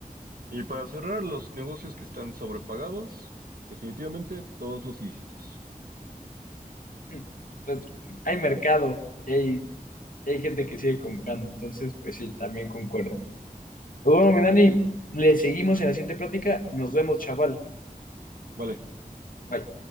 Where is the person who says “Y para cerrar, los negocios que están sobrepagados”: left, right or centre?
Right